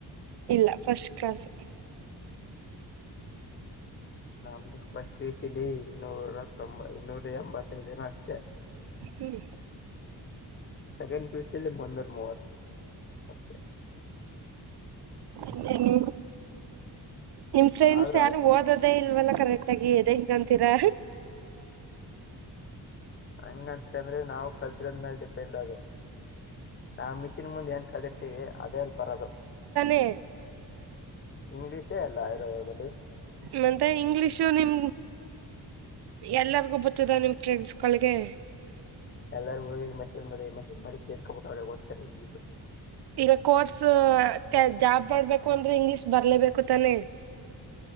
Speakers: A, on the right; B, on the left.
A: ಇಲ್ಲ ಫಸ್ಟ್ ಕ್ಲಾಸ್
B: ನಮ್ದು ಫಸ್ಟ್ ವಸ ಇಲಿ ಇನ್ನೂರ ತೊಂಬ ಇನ್ನೂರ ಎಂಬತ್ತದನ ಅಷ್ಟೇ
A: ಹ್ಮ್
B: ಸೆಕ್ ಪಲ್ಲಿ ಮಂದೂರ್ ಮೂವತ್ತು ಅಷ್ಟೇ
A: ಇನ್ನೇನು ನಿಮ್ ಫ್ರೆಂಡ್ಸ್
B: ಆದ್ರೂ
A: ಯಾರು
B: ಆಯ್ತು
A: ಓದದೇ ಇಲ್ವಲ್ಲ ಕರೆಕ್ ಆಗಿ ಎದೆ ಹಂಗಂತೀರಾ
B: ಹಂಗಂತರಿ ಅಂದ್ರೆ ನಾವವು ಕಲ್ತಿರೋದ್ಮೇಲ್ ಡಿಪೆಂಡ್ ಅದು ನಾವು ಮಿಷಿನ್ ಮುಂದೆ ಏನ್ ಕಲ್ರ್ತೀವಿ ಅದೇಲ್ಲಿ ಬರದು
A: ಹೆ
B: ಇಂಗ್ಲಿಷೇ ಎಲ್ಲ ಇರೋಧ್ ಆದ್ರಳಿ
A: ಮತ್ತೆ ಇಂಗ್ಲಿಷು ನಿಮ ಎಲ್ಲರಿಗೂ ಗೊತ್ತಿದ ನಿಮ್ ಫ್ರೆಂಡ್ಸ್ಗಳಿಗೆ
B: ಎಲ್ಲರೂ ಹು ಮೆಸೇಜ್ ಮಾಡಿ ಮೆಸೇಜ್ ಮಾಡಿ ಕೇಳ್ಕೊಬಿಟ್ಟ ಅವ್ರ ಓದತಾರೆ ಇಂಗ್ಲೀಸು
A: ಈಗ ಕೋರ್ಸ್ ಜಾಬ್ ಮಾಡ್ಬೇಕು ಅಂದ್ರೆ ಇಂಗ್ಲಿಷ್ ಬರ್ಲೇಬೇಕು ತಾನೆ